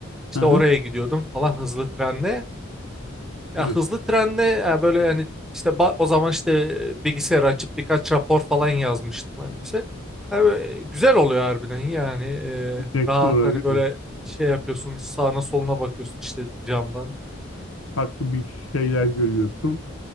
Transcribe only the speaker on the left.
Hı hı.
Evet,
zevkli
olur
değil
mi?
Farklı bir şeyler görüyorsun.